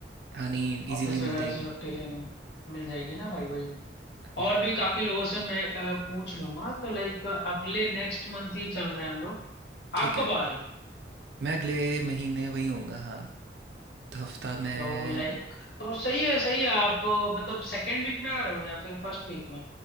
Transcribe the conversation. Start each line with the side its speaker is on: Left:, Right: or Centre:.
Right: हाँ, नहीं ईज़िली
Left: ऑफिस
Right: मिल
Left: वगैरह
Right: जाएगी।
Left: से छुट्टी लेने में मिल जाएगी ना भाई वही
Right: हुँ,
Left: और भी काफी लोगों से मैं अ, पूछ लूंगा तो लाइक अगले नेक्स्ट मंथ ही चल रहे हैं हम लोग
Right: ठीक
Left: आप कब
Right: है।
Left: आ रहे हो
Right: मैं अगले महीने वहीं होऊँगा हाँ। तो हफ्ता में
Left: तो लाइक तो सही है सही है आप अ, मतलब सेकेंड वीक में आ रहे हो या फिर फर्स्ट वीक में